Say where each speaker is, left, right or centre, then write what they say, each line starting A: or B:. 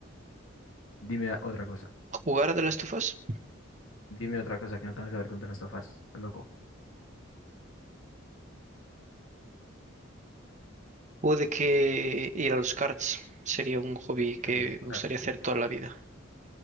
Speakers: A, on the left; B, on the right.
A: Dime otra cosa.
B: ¿Jugar de las tofas
A: Dime otra cosa que no tenga que ver con de las tofas, loco.
B: puede que ir a los karts sería un hobby
A: Dios,
B: que
A: claro.
B: me gustaría hacer toda la vida.